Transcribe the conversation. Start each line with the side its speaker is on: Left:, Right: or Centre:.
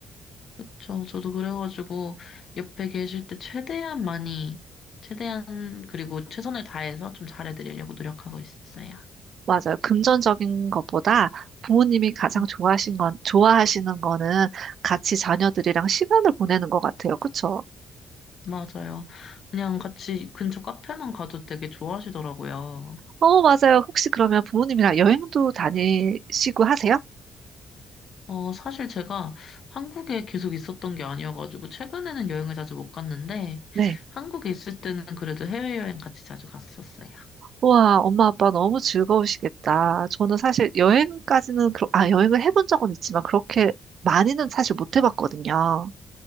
Left: 그쵸. 저도 그래가지고 옆에 계실 때 최대한 많이, 최대한 그리고 최선을 다해서 좀 잘해드리려고 노력하고 있어요.
Right: 맞아요. 금전적인 것보다 부모님이 가장
Left: 음,
Right: 좋아하신 건, 좋아하시는 거는 같이 자녀들이랑 시간을 보내는 것 같아요. 그쵸?
Left: 맞아요. 그냥 같이 근처 카페만 가도 되게 좋아하시더라고요.
Right: 어, 맞아요. 혹시 그러면 부모님이랑 여행도 다니시고 하세요?
Left: 어, 사실 제가 한국에 계속 있었던 게 아니어가지고 최근에는 여행을 자주 못 갔는데
Right: 네.
Left: 한국에 있을 때는 그래도 해외여행 같이 자주 갔었어요.
Right: 와, 엄마 아빠 너무 즐거우시겠다. 저는 사실 여행까지는, 그러, 아, 여행을 해본 적은 있지만 그렇게 많이는 사실 못 해봤거든요.